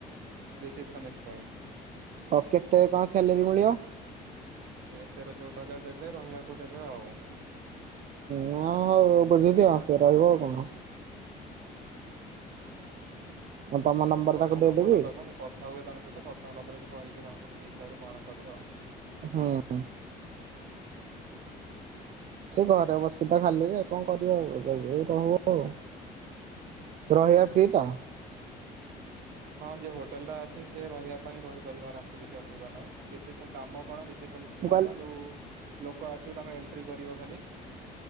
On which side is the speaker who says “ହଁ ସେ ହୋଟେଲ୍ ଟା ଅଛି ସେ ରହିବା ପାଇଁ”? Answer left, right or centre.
Right